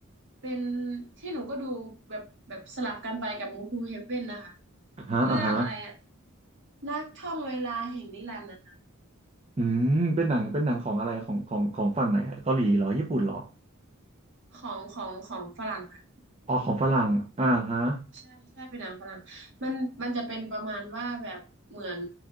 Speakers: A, on the right (about 60°); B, on the right (about 30°).
A: เป็นที่หนูก็ดูแบบแบบสลับกันไปกับมู v ูเฮเว่นนะคะ
B: อ่าฮะอ่าฮะ
A: เรื่องอะไรอะ นักท่องเวลาแห่งนิรันดร์นะคะ
B: อืมเป็นหนังเป็นหนังของอะไรของของของฝั่งไหนอะเกาหลีเหรอญี่ปุ่นเหรอ
A: ของของของฝรั่งค่ะโอเค
B: อ๋อของฝรั่งอ่าฮะ
A: ใช่ใช่เป็นหนังฝรั่งมันมันจะเป็นประมาณว่าแบบเหมือน